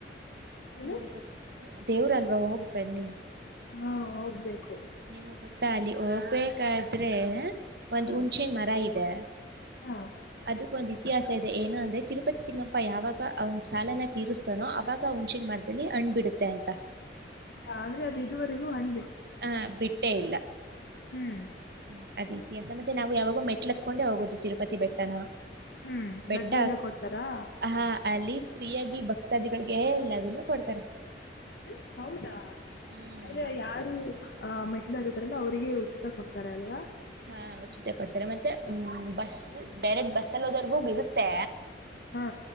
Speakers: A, on the left; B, on the right.
A: ಏನು
B: ನಿಮಗ್ ಗೊ ದೇವ್ರಲ್ವಾ ಹೋಗ್ ಬನ್ನಿ
A: ಹಾ ಹೋಗ್ಬೇಕು
B: ನಿಮಗ್ ಗೊತ್ತಾಗಲಿ ಹೋಗ್ಬೇಕಾದ್ರೆ ಒಂದು
A: ಹಾ
B: ಹುಣಚೆನ್ ಮರ ಇದೆ
A: ಹಾ
B: ಅದಕ್ ಒಂದ ಇತಿಹಾಸ ಇದೆ ಏನು ಅಂದ್ರೆ ತಿರು ತಿಪ್ಪತಿ ತಿಮ್ಮಪ್ಪ ಯಾವಾಗ ಅವನ್ ಸಾಲನ ತೀರಿಸ್ತಾನೋ ಅವಾಗ ಹಣ್ಸಿನ ಮರದಲ್ಲಿ ಅಣ್ಬಿಡುತ್ತೆ ಅಂತ
A: ಅಂದ್ರೆ ಅದು ಇದುವರೆಗೂ ಹಣ್ಣ
B: ಹ ಬಿಟ್ಟೇ ಇಲ್ಲ
A: ಹ್ಮ್
B: ಹ್ಮ್ ಅದ ಇತಿಹಾಸ ಮತ್ತೆ ನಾವು ಯಾವಾಗೂ ಮೆಟ್ಲ್ ಹತ್ಕೊಂಡೇ ಹೋಗೋದು ತಿರುಪತಿ ಬೆಟ್ಟ ಟ್ಟ
A: ಹ್ಮ್
B: ಬೆಟ್ಟ
A: ಲಡ್ಡು ಎಲ್ಲ ಕೊಡ್ತಾರಾ?
B: ಹಹಾ ಅಲ್ಲಿ ಸ್ತ್ರೀಯಾಗಿ ಭಕ್ತಾದಿಗಳಿಗೆ ಎಲ್ಲದನು ಕೊಡ್ತಾರೆ
A: ಹ್ಮ ಹೌದಾ
B: ಹ್ಮ್
A: ಆದ್ರೆ ಯಾರು ಆಹ್ ಮೆಟ್ಲ್ ಹತಾರಲ್ಲ ಅವ್ರರಿಗೆ ಉಚಿತ ಕೊಡ್ತಾರೆ ಅಲ್ವಾ
B: ಹಾ ಉಚಿತ ಕೊಡ್ತಾರೆ ಮತ್ತೆ ಹ್ಮ ಬಸ್ ಡೈರೆಕ್ಟ್ ಬಸ್ಸಲ್ ಹೋದವೌರಿಗೂ ಇರುತ್ತೆ
A: ಹಾ